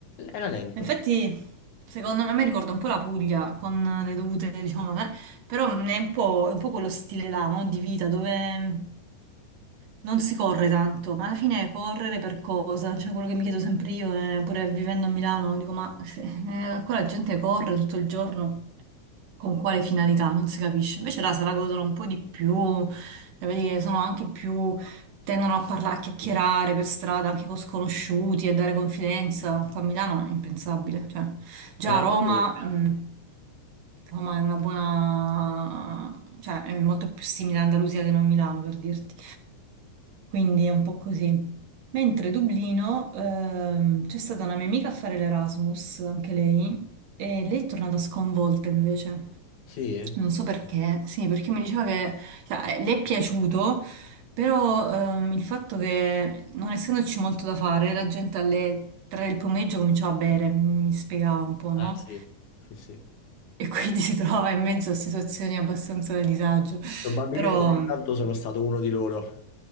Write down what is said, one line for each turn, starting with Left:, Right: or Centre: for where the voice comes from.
Left: Era lento.
Right: Ma Infatti, secondo me, mi ricorda un po' la Puglia con le dovute, diciamo, eh, però è un po', è un po' quello stile là, no? Di vita dove mm, non si corre tanto, ma alla fine è correre per cosa? Cioè, quello che mi chiedo sempre io, è, pure vivendo a Milano, dico, ma se- eh, qua la gente corre tutto il giorno. con quale finalità, non si capisce. Invece là se la godono un po' di più, cioè vedi che sono anche più, tendono a parlare, a chiacchierare per strada anche con sconosciuti e dare confidenza. Qua a Milano è impensabile, cioè già
Left: Me l'hanno
Right: a Roma,
Left: detto.
Right: mh, Roma è una buona, cioè è molto più simile a Andalusia che non Milano per dirti. Quindi è un po' così. Mentre Dublino, ehm, c'è stata una mia amica a fare l'Erasmus, anche lei, e lei è tornata sconvolta invece.
Left: Sì?
Right: Non so perché, sì, perché mi diceva che cioè, eh, le è piaciuto, però ehm, il fatto che non essendoci molto da fare, la gente alle tre del pomeriggio cominciava a bere, mi spiegava un po',
Left: Ah,
Right: no?
Left: sì. Sì, sì.
Right: E quindi <laughs> si trovava in mezzo a situazioni abbastanza di disagio.
Left: Probabilmente
Right: Però,
Left: ogni tanto sono stato uno di loro.